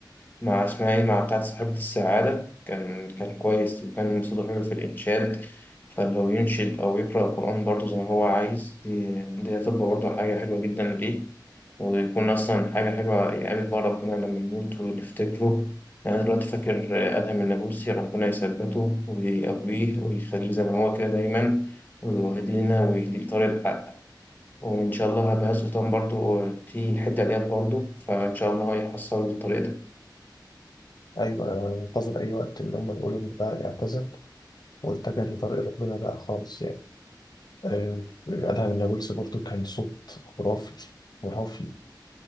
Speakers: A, on the left; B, on the left.
A: مع اسمها إيه مع بتاعة صاحبة السعادة كان كان كويس وكان صوته حلو في الإنشاد فلو ينشد أو يقرأ القرآن برضه زي ما هو عايز دي دي هتبقى برضه حاجة حلوة جدا ليه ويكون أصلا حاجة حلوة يقابل بقى ربنا لما يموت ونفتكره يعني أنا دلوقتي فاكر أدهم النابلسي ربنا يثبته ويقويه ويخليه زي ما هو كده دايما ويهدي لنا ويهدي لطريق الحق وإن شاء الله هبقى سلطان برضه في الحتة ديت برضه فإن شاء الله هيحصل الطريق ده
B: أيوة أنا منتظر أي وقت إن هما يقولوا إن ده اعتزل واتجه لطريق ربنا بقى خالص يعني آه، أدهم نابلسي برضه كان صوت خرافي خرافي